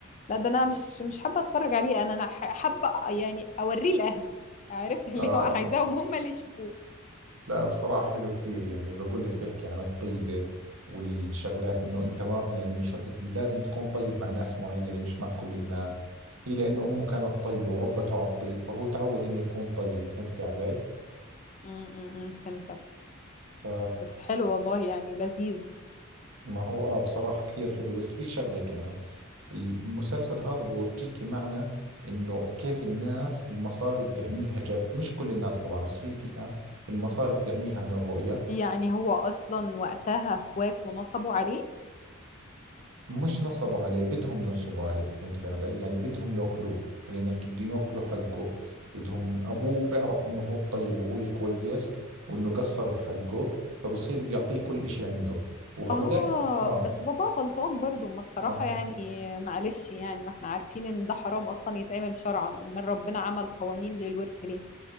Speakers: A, on the left (about 35°); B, on the right (about 75°).
A: لا ده انا مش مش حابة اتفرج عليه انا انا ح- حابة يعني اوريه لاهلي عارف <laughs> اللي
B: اه آه
A: هو عايزاهم هم اللي يشوفوه
B: لا بصراحة حلو كثير يعني بقول لك بحكي عن الطيبة والشغلات انه انت ما يعني مش لازم تكون طيب مع ناس معينة مش مع كل الناس هي لانه امه كانت طيبة وربته على الطيب فهو تعود انه يكون طيب فهمتي علي؟
A: م- م- م، فهمتك
B: ف
A: بس حلو والله يعني لذيذ
B: ما هو اه بصراحة كثير حلو بس في شغلة كمان المسلسل هذا بورجيكي معنى انه كيف الناس المصاري بتعميها جد مش كل الناس طبعا بس في فئة المصاري بتعميها عن الرؤية
A: يعني هو اصلا وقتها اخوات ونصبوا عليه
B: مش نصبوا عليه بدهم ينصبوا عليه فهمتي علي يعني بدهم ياكلوه خلينا نحكي بدهم ياكلوا حقه بدهم ابوه بيعرف انه هو الطيب وهو الكويس وانه قصر بحقه فبصير بده يعطيه كل اشي عنده وهذولك
A: آه
B: اه
A: بس بابا غلطان برضو ما الصراحة
B: ما هو
A: يعني معلش يعني ما احنا عارفين إن ده حرام أصلا يتعمل شرعا أمال ربنا عمل قوانين للورث ليه؟